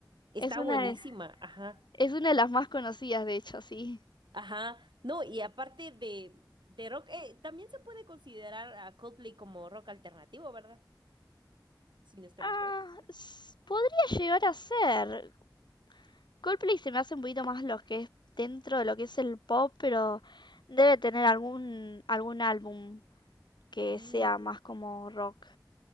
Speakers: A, on the right; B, on the left.
A: Está
B: Es una
A: buenísima,
B: de,
A: ajá,
B: es una de las más conocidas, de hecho, sí.
A: ajá. No, y aparte de, de rock, eh, también se puede considerar a Coldplay como rock alternativo, ¿verdad? Si no estoy
B: Ah,
A: mal, creo que sí.
B: s- podría llegar a ser. Coldplay se me hace un poquito más lo que es dentro de lo que es el pop, pero debe tener algún algún álbum que
A: Mm,
B: sea más como rock.